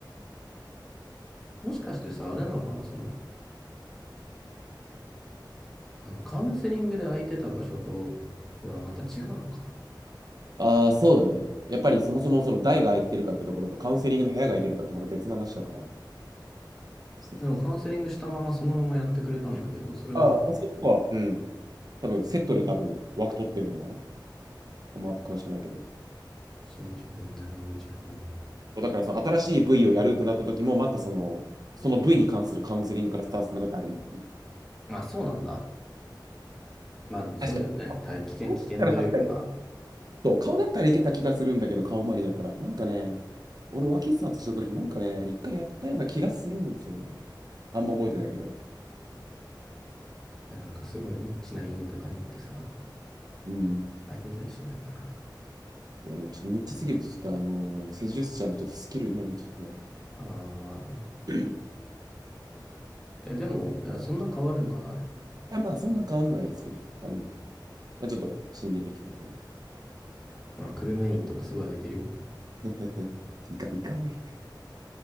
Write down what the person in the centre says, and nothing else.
もしかしてさ、あれなのかなその、あの、カウンセリングで空いてた場所とはまた違うのかな
でもカウンセリングしたままそのままやってくれたんだけど、それはじゃあ、
たま
新宿南口本院。
あ、そうなんだ。まあでもそうだよね。
大危険、
危険というかまあ、
いやなんかすごいニッチな院とかに行ってさ、
空いてたりしないかな。
ああ、まあね。
え、でも、いや、そんな変わるんかな、あれって。
ほら、久留米院とかすごい空いてるよ。